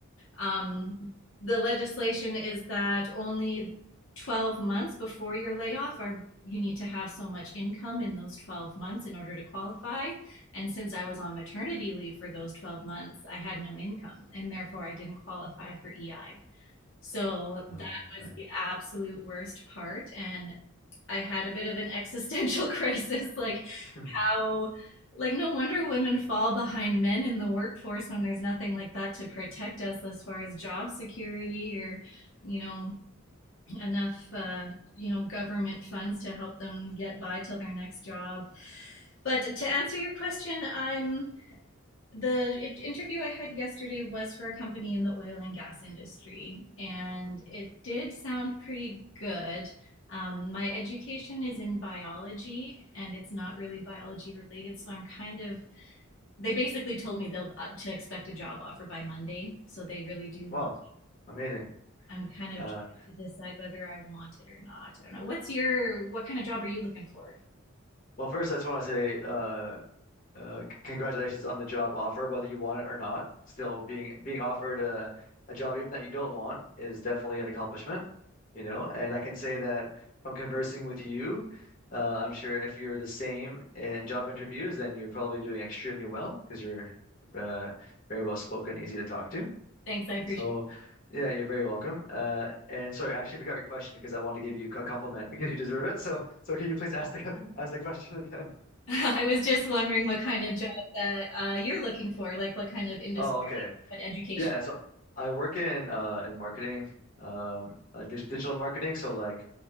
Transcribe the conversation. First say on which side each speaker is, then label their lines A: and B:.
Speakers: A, on the left; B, on the left.
A: Um, the legislation is that only 12 months before your layoff are you need to have so much income in those 12 months in order to qualify. And since I was on maternity leave for those 12 months, I had no income and therefore I didn't qualify for EI. So
B: Oh
A: that
B: man.
A: was the
B: <laughs>
A: absolute worst part. And I had a bit of an <laughs> existential crisis like,
B: Hmm.
A: how like no wonder women fall behind men in the workforce when there's nothing like that to protect us as far as job security or you know enough uh, you know government funds to help them get by till their next job but to answer your question i'm the interview i had yesterday was for a company in the oil and gas industry and it did sound pretty good um, my education is in biology and it's not really biology related so i'm kind of they basically told me they'll uh, to expect a job offer by Monday. So they really do want.
B: Wow, amazing.
A: I'm kind of
B: Uh,
A: trying to decide whether I want it or not. I don't know. What's your what kind of job are you looking for?
B: well, first, I just want to say uh, uh, congratulations on the job offer, whether you want it or not. Still being being offered a, a job even that you don't want is definitely an accomplishment, you know. And I can say that from conversing with you, uh, I'm sure if you're the same in job interviews, then you're probably doing extremely well because you're uh, very well spoken, easy to talk to.
A: Thanks, I appreciate.
B: So. Yeah, you're very welcome. Uh, and sorry, I actually forgot your question because I wanted to give you a compliment <laughs> because you deserve it. So, so can you please ask the <laughs> ask the question again?
A: It. <laughs> I was just wondering what kind of job that uh, you're looking for, like what kind of industry,
B: Oh, okay.
A: what education.
B: Yeah, so I work in uh in marketing, um uh, dig digital marketing. So like